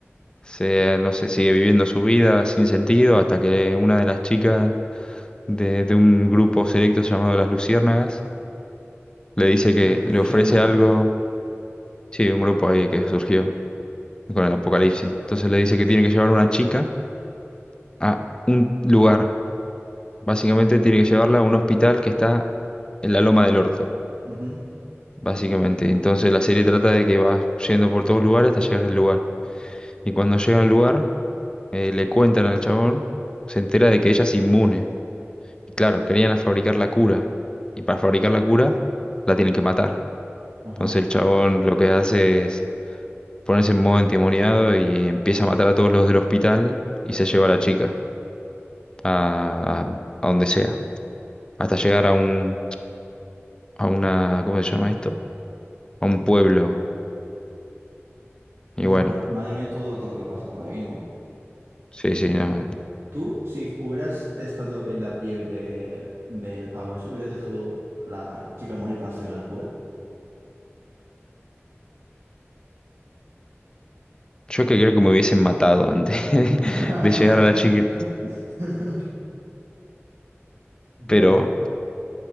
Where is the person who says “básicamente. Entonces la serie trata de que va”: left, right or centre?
Left